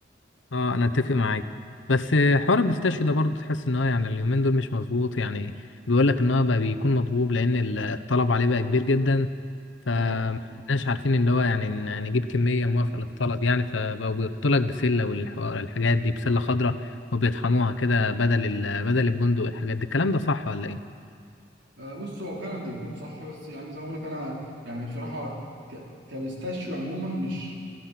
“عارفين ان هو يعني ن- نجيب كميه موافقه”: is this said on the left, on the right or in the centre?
Left